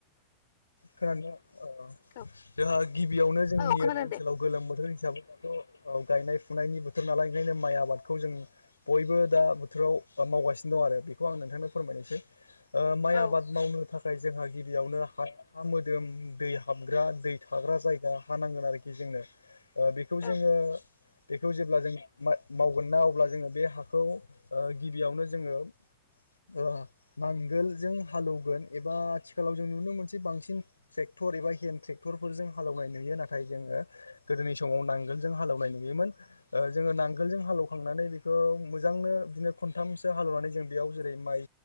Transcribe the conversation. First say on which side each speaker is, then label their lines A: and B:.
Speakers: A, on the left; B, on the left.
A: खोनादों। ओ
B: औ
A: जोंहा गिबियावनो जोंनि
B: औ औ खोनादों
A: ओरै ओनसोलाव
B: दे
A: गोलोम बोथोरनि। हिसाबै दाथ' ओ गायनाय फुनायनि बोथोर नालाय ओंखायनो माइ आबादखौ जों बयबो दा बोथोराव। बा मावगासिनो दं आरो बेखौ आं नोंथांनो फोरमायनोसै ओ माइ
B: औ
A: आबाद मावनो थाखाय। जोंहा गिबियावनो हा हा मोदोम दै हाबग्रा दै थाग्रा जायगा हा नांगोन आरोखि जोंनो। ओ‌ बेखौ
B: औ
A: जोङो बेखौ जेब्ला जों मावगोन ना अब्ला जोङो बे हाखौ ओ गिबियावनो जोङो ओ नांगोलजों हालौवगोन एबा आथिखालाव जों नुनो मोनसे बांसिन ट्रेक टर एबा हेन्द ट्रेक्टरफोरजों हालौनाय नुयो नाथाय जोङो गोदोनि समाव नांगोलजों हालेनाय नुयोमोन। ओ जोङो नांगोलजों हालेवखांनानै बेखौ मोजांनो। खनथामसो हालेवनानै जों बेयाव जेरै माइ